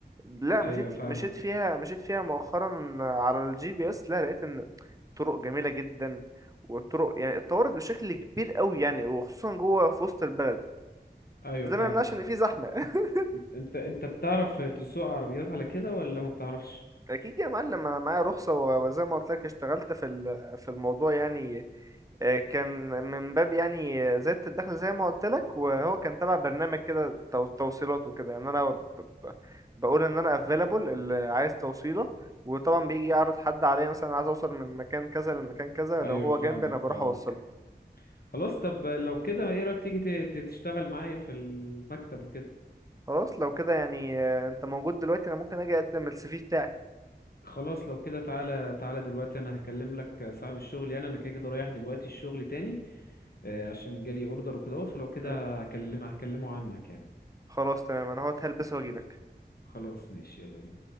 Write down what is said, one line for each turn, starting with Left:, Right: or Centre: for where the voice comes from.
Right: لا
Left: ايوه
Right: مشيت
Left: فاهمك
Right: مشيت فيها مشيت فيها مؤخرا على الجي بي اس لا لقيت ان طرق جميلة جدا والطرق يعني اتطورت بشكل كبير قوي يعني وخصوصا جوه في وسط البلد
Left: ايوه
Right: ده
Left: فاهمك
Right: ما يمنعش ان في زحمة <laughs>
Left: انت انت بتعرف تسوق عربيات على كده ولا ما بتعرفش؟
Right: اكيد يا معلم انا معايا رخصه و- وزي ما قلت لك اشتغلت في ال- في الموضوع يعني آه، كان من باب يعني آه، زيادة الدخل زي ما قلت لك وهو كان تبع برنامج كده تو- توصيلات وكده يعني انا ب- ب- بقول ان انا افيلابل اللي عايز توصيلة وطبعا بيجي يعرض حد عليا مثلا عايز اوصل من مكان كذا لمكان كذا
Left: ايوه
Right: لو هو
Left: فاهمك
Right: جنبي انا بروح
Left: فاهمك
Right: اوصله
Left: خلاص طب لو كده ايه رأيك تيجي ت- ت- تشتغل معايا في المكتب وكده
Right: خلاص لو كده يعني آه، انت موجود دلوقتي انا ممكن اجي اقدم السي في بتاعي
Left: خلاص لو كده تعالى تعالى دلوقتي انا هكلم لك صاحب الشغل يعني انا كده كده رايح دلوقتي الشغل تاني آه، عشان جالي اوردر وكده فلو كده
Right: مم.
Left: هكلم هكلمه عنك يعني
Right: خلاص تمام انا هو هلبس واجيلك
Left: خلاص ماشي يلا بينا